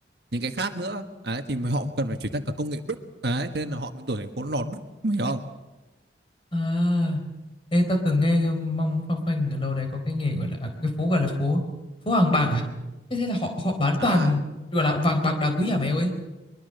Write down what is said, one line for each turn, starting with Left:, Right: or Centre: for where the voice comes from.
Right: những cái khác nữa đấy, thì mà họ cần phải chuyển sang cả công nghệ đúc đấy thế nên là họ mới đổi thành phố lò đúc hiểu không
Left: À, ê, tao từng nghe cái mong phong phanh ở đâu đấy có cái nghề gọi là à, cái phố gọi là phố phố vàng bạc à? Thế thế là họ họ bán toàn
Right: à
Left: gọi là vàng bạc đá quý à mày ơi?